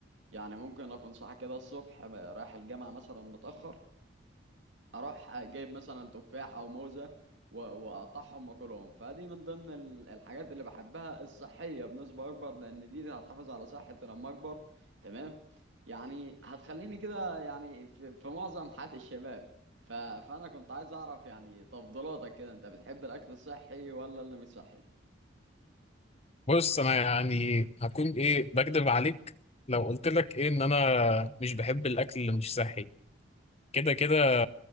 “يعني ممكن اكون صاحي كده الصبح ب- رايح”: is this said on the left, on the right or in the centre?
Right